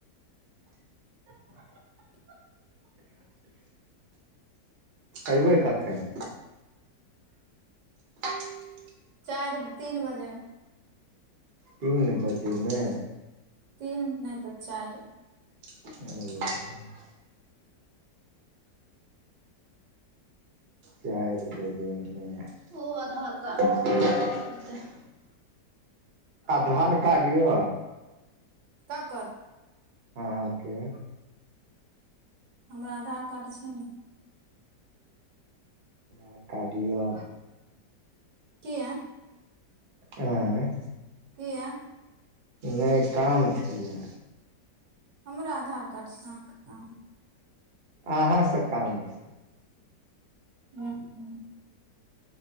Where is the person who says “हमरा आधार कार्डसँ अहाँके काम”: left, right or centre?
Right